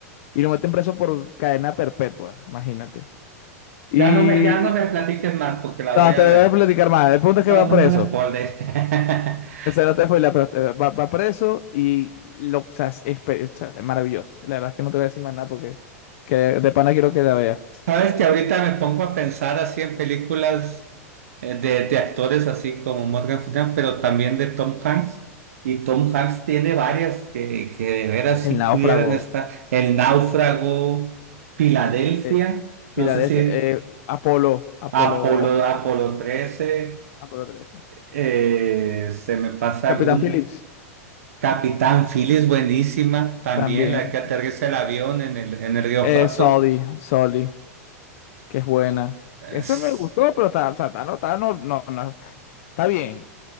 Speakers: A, on the left; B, on the right.
A: Y lo meten preso por cadena perpetua, imagínate. Y...
B: Ya no me, ya no me platiques más porque la
A: No,
B: voy a
A: te voy
B: ver.
A: a platicar más. El punto es
B: No,
A: que va
B: no
A: preso.
B: me respondes. <laughs>
A: Esa no te fue la- pero, eh, va, va preso y lo, o sea, es, es- o sea, es maravilloso. La verdad es que no te voy a decir más nada porque que de pana quiero que la veas.
B: Sabes que ahorita me pongo a pensar así en películas eh, de, de actores así como Morgan Freeman, pero también de Tom Hanks. Y Tom Hanks tiene varias que, que de veras
A: El
B: sí pudieran
A: náufrago.
B: estar. El Náufrago, Filadelfia,
A: eh,
B: no
A: Filadelfia.
B: sé si
A: eh, Apolo. Apolo.
B: Apolo, Apolo trece
A: Apolo 13.
B: Eh, se me pasa
A: Capitán
B: alguna.
A: Phillips.
B: Capitán Phillips, es buenísima. También
A: También.
B: la que aterriza el avión en el, en el río
A: Eh,
B: Hudson.
A: Sully, Soli. Que es buena. Esa
B: Es-
A: me gustó, pero está, o sea, está, no, está, no, no, no, está bien.